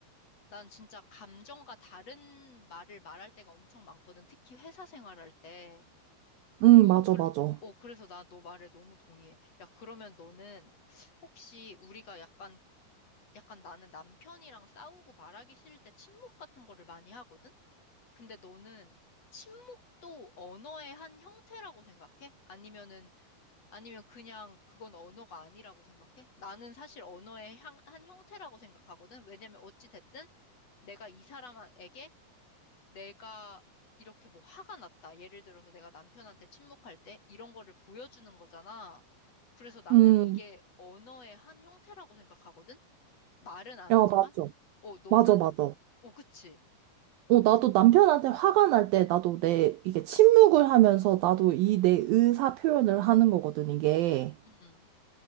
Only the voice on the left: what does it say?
난 진짜 감정과 다른 말을 말할 때가 엄청 많거든. 특히 회사 생활할 때.
어,
그,
어, 그래서 나 너 말에 너무 동의해. 야, 그러면 너는 혹시 우리가 약간, 약간 나는 남편이랑 싸우고 말하기 싫을 때 침묵 같은 거를 많이 하거든? 근데 너는 침묵도 언어의 한 형태라고 생각해? 아니면은 아니면 그냥 그건 언어가 아니라고 생각해? 나는 사실 언어의 향- 한 형태라고 생각하거든. 왜냐면 어찌 됐든 내가 이 사람에게 내가 이렇게 뭐 화가 났다. 예를 들어서 내가 남편한테 침묵할 때 이런 거를 보여주는 거잖아. 그래서 나는
이게 언어의 한 형태라고 생각하거든. 말은 안
하지만.
어, 너는,
어, 그치.
음.
음,